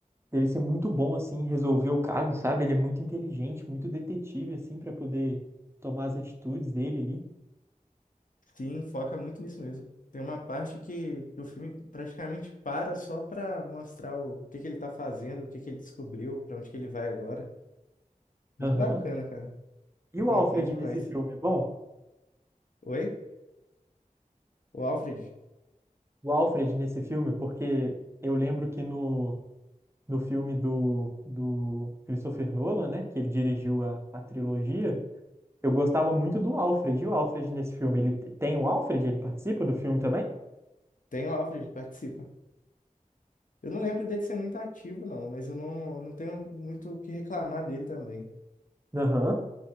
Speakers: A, on the right (about 20°); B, on the left (about 70°).
A: dele ser muito bom, assim, em resolver o caso, sabe? Ele é muito inteligente, muito detetive, assim, para poder tomar as atitudes dele ali.
B: Sim, foca muito nisso mesmo. Tem uma parte que o filme praticamente para só pra mostrar o que que ele tá fazendo, o que que ele descobriu, pra onde que ele vai agora. Muito
A: Aham.
B: bacana, cara.
A: E
B: Recomendo
A: o Alfred
B: demais.
A: nesse filme é bom?
B: Oi? O Alfred?
A: o Alfred nesse filme, porque eu lembro que no, no filme do, do Christopher Nolan, né, que ele dirigiu a, a trilogia, eu gostava muito do Alfred. E o Alfred nesse filme, ele t- tem o Alfred? Ele participa do filme também?
B: Tem o Alfred, participa. Eu não lembro dele ser muito ativo, não, mas eu não, não tenho muito o que reclamar dele também.
A: Aham.